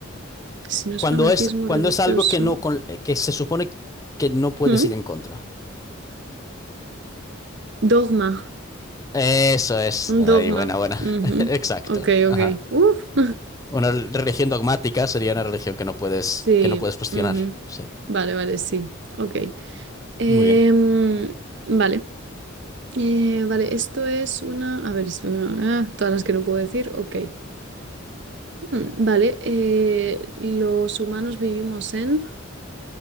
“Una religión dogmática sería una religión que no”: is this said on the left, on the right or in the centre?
Left